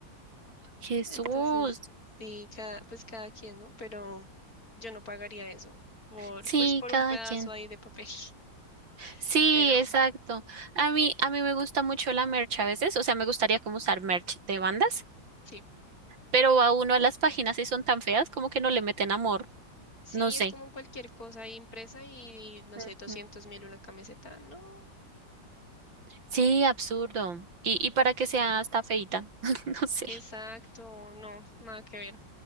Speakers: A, on the right; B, on the left.
A: Jesús.
B: Entonces, sí, cada, pues cada quien, ¿no? Pero yo no pagaría eso por,
A: Sí,
B: pues por
A: cada
B: un pedazo
A: quien.
B: ahí de papel. <laughs>
A: Sí,
B: Pero
A: exacto.
B: bueno,
A: A mí, a mí me gusta mucho la merch a veces, o sea, me gustaría como usar merch de bandas,
B: sí.
A: pero a uno a las páginas y son tan feas como que no le meten amor,
B: Sí,
A: no sé.
B: es como cualquier cosa ahí impresa y, no
A: Ujú.
B: sé, doscientos mil una camiseta. No,
A: Sí, absurdo. Y, y para que sea hasta feita, <laughs> no sé.
B: exacto, no, nada que ver.